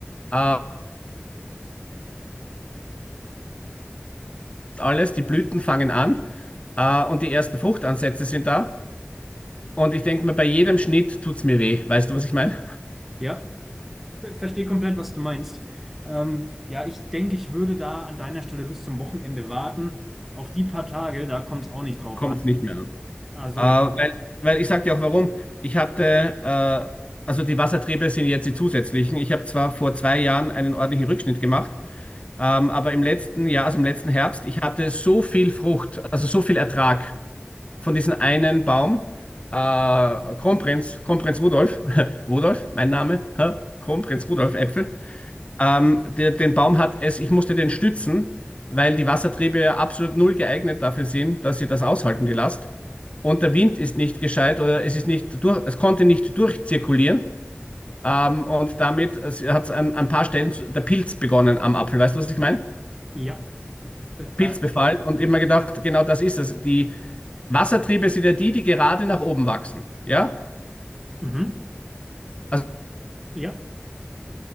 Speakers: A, on the left; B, in the centre.
A: Äh, alles, die Blüten fangen an äh, und die ersten Fruchtansätze sind da. Und ich denke mir, bei jedem Schnitt tut es mir weh. Weißt du, was ich meine?
B: ja, ver- verstehe komplett, was du meinst. Ähm, ja, ich denke, ich würde da an deiner Stelle bis zum Wochenende warten. Auf die paar Tage, da kommt es auch nicht drauf
A: Kommt
B: an.
A: es nicht mehr
B: Also
A: an.
B: ich,
A: Äh, weil, weil ich sag dir auch warum. Ich hatte, äh, also die Wassertriebe sind jetzt die zusätzlichen. Ich habe zwar vor zwei Jahren einen ordentlichen Rückschnitt gemacht, ähm, aber im letzten Jahr, also im letzten Herbst, ich hatte so viel Frucht, also so viel Ertrag von diesem einen Baum. Äh, Kronprinz, Kronprinz Rudolf, <laughs> Rudolf, mein Name, hä? Kronprinz Rudolf Äpfel. Ähm, der, den Baum hat es, ich musste den stützen, weil die Wassertriebe ja absolut null geeignet dafür sind, dass sie das aushalten, die Last. Und der Wind ist nicht gescheit oder es ist nicht durch, es konnte nicht durchzirkulieren. Ähm, und damit hat es an an ein paar Stellen zu- der Pilz begonnen am Apfel. Weißt du, was ich meine?
B: ja, da,
A: Pilzbefall. Und immer gedacht, genau das ist es. Die Wassertriebe sind ja die, die gerade nach oben wachsen. Ja?
B: mhm,
A: Also
B: ja,